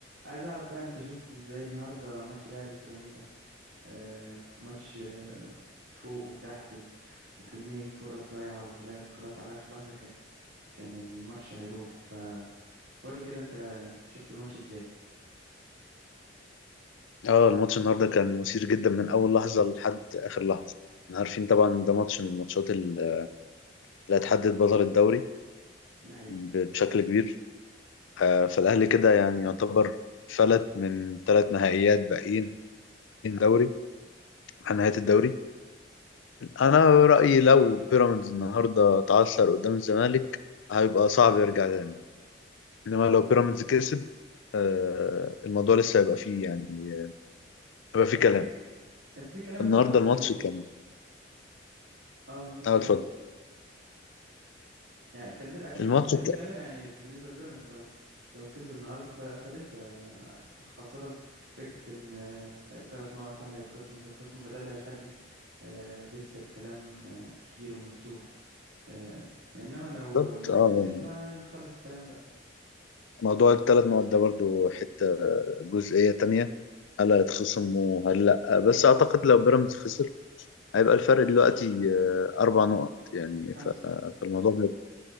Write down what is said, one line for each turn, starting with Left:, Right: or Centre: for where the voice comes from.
Right: عايز اعرف بقى انت شفت ازاي النهارده ماتش الاهلي وسيراميكا آه ماتش آه فوق وتحت و... وكمية فرص ضايعة والاهلي خلاص على اخر لحظة كان كان الماتش هيروح فقول لي كده انت شفت الماتش ازاي
Left: اه الماتش النهارده كان مثير جدا من اول لحظه لحد اخر لحظه احنا عارفين طبعا إن ده ماتش من الماتشات ال- اللي هتحدد بطل الدوري
Right: ده حقيقي
Left: ب- بشكل كبير آه، فالاهلي كده يعني يعتبر فلت من ثلاث نهائيات باقيين دوري عن نهايه الدوري انا رايي لو بيراميدز النهارده اتعثر قدام الزمالك هيبقى صعب يرجع تاني انما لو بيراميدز كسب آه، الموضوع لسه هيبقى فيه يعني هيبقى فيه كلام
Right: طب في كلام
Left: النهارده
Right: لا لسه
Left: الماتش كان
Right: اه الماتش
Left: اه
Right: كان
Left: اتفضل
Right: إيه؟ يعني كان ل- اكيد
Left: الماتش
Right: لسه
Left: كان
Right: في كلام يعني بالنسبه لبيراميدز لو لو كسب النهارده ف... فلسه خاصه فكره ان ثلاث نقط هل هيتخصموا مش هيتخصموا فده اللي هيخلي آه، لسه الكلام آه، كتير ومفتوح آه، انما لو
Left: بالظبط
Right: آه،
Left: اه
Right: خسر فنخلص الكلام بقى
Left: موضوع الثلاث مواد ده برضو حتة جزئية تانية هل هيتخصم وهل لأ بس أعتقد لو بيراميدز خسر هيبقى الفرق دلوقتي آه، أربع نقط يعني
Right: خمسه
Left: ف- فالموضوع هيبقى